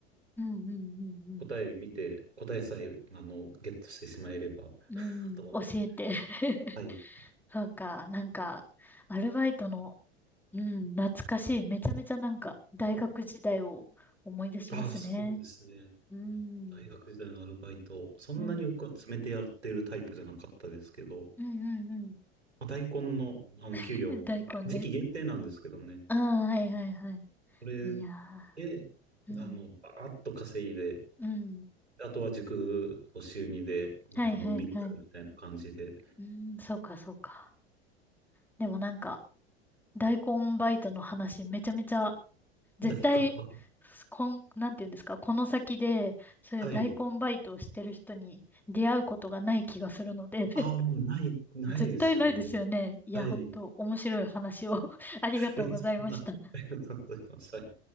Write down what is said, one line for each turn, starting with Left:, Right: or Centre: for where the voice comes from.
Centre: うんうん
Right: 答え見て、答えさえ、あの、ゲットしてしまえれば。
Centre: うんうん。
Right: と、
Centre: うん。教えて。<laughs>
Right: はい。
Centre: そうか。なんか、アルバイトのうん、懐かしい。めちゃめちゃなんか、大学時代を思い出しますね。
Right: ああ、そうですね。
Centre: うん、
Right: 大学時代のアルバイト、そんなに僕は詰めてやってるタイプじゃなかったですけど、
Centre: うん、うん、うん、うん。
Right: まあ、大根の、あの給料は時期限定なんですけどね、
Centre: <laughs> 大根ね。ああ、はいはいはい。
Right: それ
Centre: いや
Right: で、
Centre: ー、うん、
Right: あの、バーッと稼いで、
Centre: うん。
Right: あとは塾を週にで、なんかのんびりやるみたいな感じで、
Centre: はいはいはい。うん、そうかそうか。でもなんか、大根バイトの話、めちゃめちゃ、絶対、
Right: 大根は、
Centre: こん、なんていうんですか、この先で、そういう大根バイトをしてる人に出会うことがない気がするので。
Right: はい。ああ、もうない、ないですよね。
Centre: 絶対ないですよね。いや、
Right: はい。
Centre: 本当面白い話を <laughs> ありがとうございました。
Right: え、そんな、ありがとうございます。はい